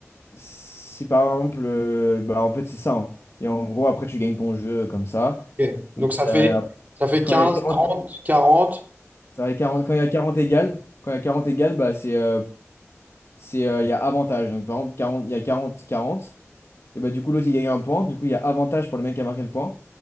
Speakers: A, on the left; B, on the right.
A: si par exemple, euh, bah, en fait, c'est ça. hein. Et en gros, après, tu gagnes ton jeu euh, comme ça.
B: Ok. Donc
A: Et
B: ça
A: euh,
B: fait, ça fait
A: quand
B: quinze,
A: il y a 40,
B: trente, quarante.
A: ça va, 40 quand il y a 40 égales, quand il y a 40 égales, bah, c'est euh, c'est euh, il y a avantage. Donc par exemple, 40, il y a 40-40. Et bah du coup, l'autre il gagne un point. Du coup, il y a avantage pour le mec qui a marqué le point.